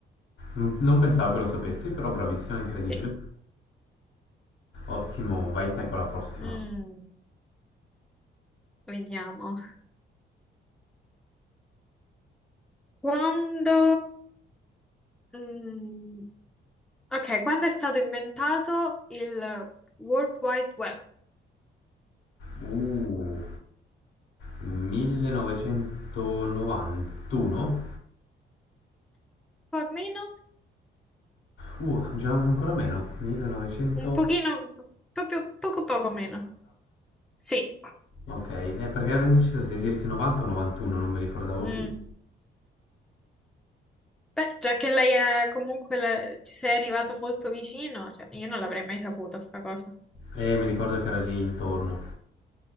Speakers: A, on the left (about 75°); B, in the centre.
A: Mm, Non pensavo che lo sapessi, però bravissima, incredibile.
B: Sì.
A: Ottimo, vai te con la prossima.
B: Mm, vediamo. Quando... mm, ok, quando è stato inventato il World Wide Web?
A: Uh, 1991?
B: Un po' meno,
A: Uh, già ancora meno. 1990.
B: un pochino, proprio poco poco meno. Sì.
A: Ok, eh, perché ero indeciso se dirti 90 o 91, non mi ricordavo
B: Mm.
A: più.
B: Beh, già che lei è comunque la- ci sei arrivato molto vicino, cioè io non l'avrei mai saputo sta cosa.
A: Eh, mi ricordo che era lì intorno.